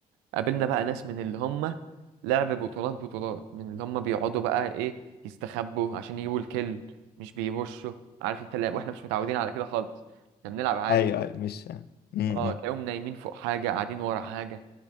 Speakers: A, on the right; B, on the left.
A: قابلنا بقى ناس من اللي هم لعب بطولات بطولات من اللي هم بيقعدوا بقى ايه يستخبوا عشان يجيبوا الكل مش بيبشوا عارف انت لا- واحنا مش متعودين على كده خالص احنا بنلعب عادي
B: ايوه ايوه مش امم
A: اه تلاقيهم نايمين فوق حاجة قاعدين ورا حاجة